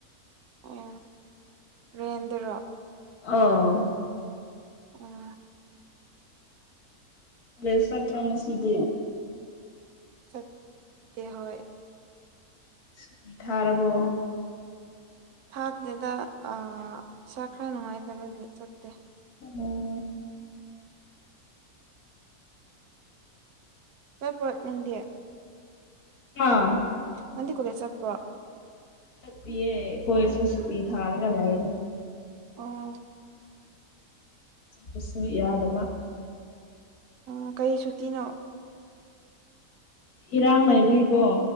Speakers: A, on the right; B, on the left.
A: ꯑꯣ ꯔꯦꯟꯗꯔꯣ
B: ꯑꯣ
A: ꯑꯣ
B: ꯀꯣꯂꯦꯖ ꯆꯠꯇꯔꯣ ꯉꯁꯤꯗꯤ
A: ꯆꯠꯇꯦ ꯍꯣꯏ
B: ꯁꯨꯇꯤ ꯊꯥꯔꯕꯣ
A: ꯊꯥꯗꯦꯗ ꯑ ꯏꯁꯥ ꯈꯔ ꯅꯨꯡꯉꯥꯏꯇꯕꯒꯤ ꯆꯠꯇꯦ
B: ꯑꯣ
A: <unintelligible> ꯅꯪꯗꯤ
B: <unintelligible>
A: ꯅꯪꯗꯤ ꯀꯣꯂꯦꯖ ꯆꯠꯄꯔꯣ
B: ꯄꯤꯌꯦ ꯀꯣꯂꯦꯖꯁꯨ ꯁꯨꯇꯤ ꯊꯥꯔꯒ ꯂꯩꯔꯦ
A: ꯑꯣ
B: ꯆꯁꯨ ꯌꯥꯗꯕ
A: ꯑꯣ ꯀꯔꯤ ꯁꯨꯇꯤꯅꯣ
B: ꯏꯔꯥꯡ ꯂꯩꯕꯒꯤꯀꯣ